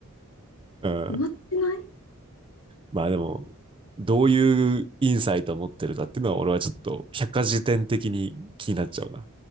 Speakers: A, on the right; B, on the left.
A: うん、
B: 終わってない
A: まあでも、どういうインサイトを持ってるかっていうのは、俺はちょっと百科事典的に気になっちゃうな。